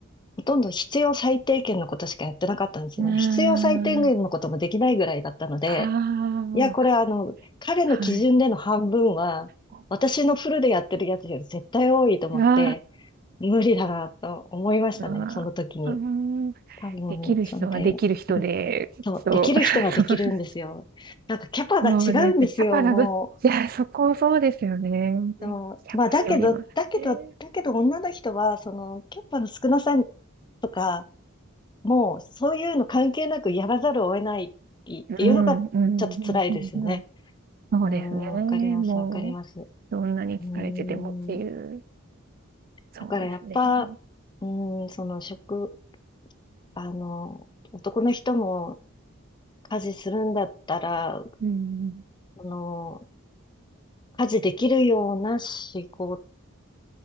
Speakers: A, on the left; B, on the right.
A: ほとんど必要最低限のことしかやってなかったんですね。
B: うー
A: 必要最低限のこともできないぐらいだったので、
B: ん。ああ、
A: いや、
B: わか
A: これあの、彼の基準での半分は、
B: はい。あ
A: 私のフルでやってるやつより絶対多いと思って、
B: あ、
A: 無理だなと思いましたね、
B: まあー、
A: その時に。
B: あできる人はできる人で、
A: 多分、それで、そう、
B: そう、
A: できる人はできるんですよ。
B: <laughs>
A: なんかキャパが違うんですよ、
B: そうですね。キャパがぐ
A: も
B: <laughs> いや、そこそうですよね。キャパによりますね。
A: う。そうまあ、だけど、だけど、だけど女の人は、その、キャパの少なさとか、もう、そういうの関係なくやらざるを得ないっ
B: うん、
A: ていうのが、
B: うん、
A: ちょっと辛いですよね。
B: うん、うん、うん。そうですね。
A: うん、わかります、
B: もう、
A: わかります。う
B: どんなに疲れててもっていう、
A: ーん、だからやっぱ、
B: そうですね。
A: うーん、その職、あの、男の人も家事するんだったら、
B: うん、
A: その、家事できるような仕事、